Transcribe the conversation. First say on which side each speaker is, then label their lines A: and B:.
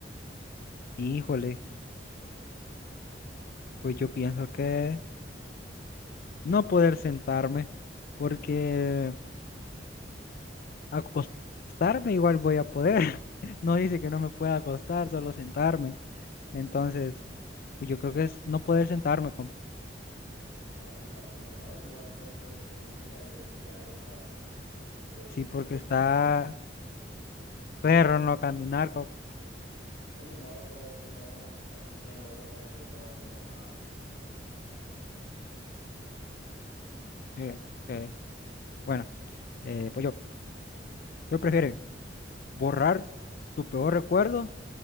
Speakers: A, on the left; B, on the left.
A: híjole, pues yo pienso que no poder sentarme, porque acostarme igual voy a poder. <laughs> No dice que no me pueda acostar, solo sentarme. Entonces, pues yo creo que es no poder sentarme, compa.
B: No, hombre, está bueno, ¿no? Igual yo creo que eligi- elegiría esa, pues,
A: Sí, porque
B: porque
A: está perro no caminar. co-
B: sí, no, todos ocupamos estar de pie, ¿no? Si no, pues no haríamos nada.
A: Sí, sí. Bueno, eh, pues yo, yo prefiero borrar tu peor recuerdo